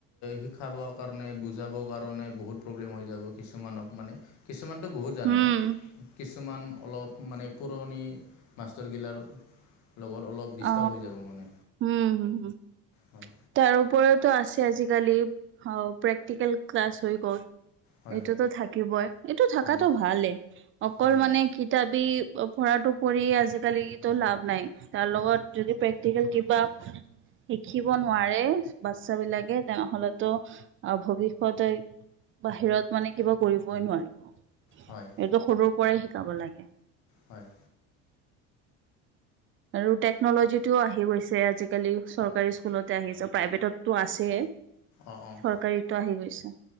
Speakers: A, on the left; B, on the right.
A: শিকাব কাৰণে মানে বুজাবৰ কাৰণে বহুত প্ৰব্লেম হৈ যাব, কিছুমানক মানে। কিছুমানটো বহুত জানে,
B: উম।
A: কিছ ছুমান অলপ মানে পুৰণি মাষ্টৰগিলাৰ লগত অলপ
B: অ
A: <unintelligible> হৈ যাব মানে,
B: উম হম। হম।
A: হয়।
B: তাৰ উপৰিওতো আছে আজিকালি অ, প্ৰেক্টিকেল ক্লাছ হৈ গ'ল।
A: হয়
B: এইটোতো
A: হয়
B: থাকিবই, এইটো থকাটো
A: হয়
B: ভালেই। অকল
A: হয় হয়
B: মানে কিতাপি পঢ়াটো পৰি আজিকালি লাভ নাই, তাৰ লগত যদি প্ৰেক্টিকেল কিবা শিকিব নোৱাৰে বাচ্ছা বিলাকে, তেনেহ'লেতো অ ভৱিষ্যতে বাহিৰত মানে কিবা কৰিবই নোৱাৰিব।
A: হয়।
B: এইটো সৰুৰ পৰাই শিকাব লাগে।
A: হয়।
B: আৰু টেকনলজি টোও আহি গৈছে, আজিকালি চৰকাৰী স্কুলতে আহিছে, প্ৰাইভেটত তো আছেই,
A: অঁ অঁ
B: চৰকাৰীটো আহি গৈছে।